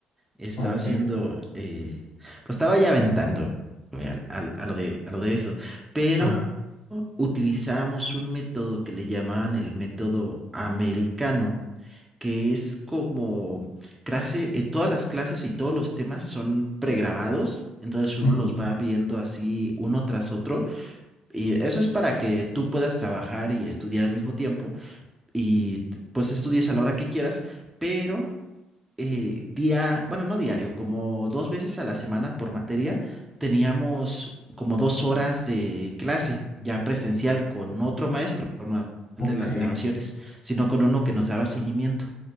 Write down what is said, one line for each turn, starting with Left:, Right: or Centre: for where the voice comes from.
Centre: Estaba
Left: Ok.
Centre: haciendo, eh, pues estaba ya aventando eh, al- al- a, lo de, a lo de eso, pero
Left: Ajá.
Centre: utilizamos un método que le llamaban el método americano, que es como clase, eh, todas las clases y todos los temas son pregrabados, entonces uno
Left: Ujú.
Centre: los va viendo así uno tras otro, y eso es para que tú puedas trabajar y estudiar al mismo tiempo, y t- pues estudies a la hora que quieras, pero eh, día, bueno, no diario, como dos veces a la semana por materia, teníamos como dos horas de clase ya presencial con otro maestro, no
Left: Ok,
Centre: el de las grabaciones, sino con uno que nos daba seguimiento.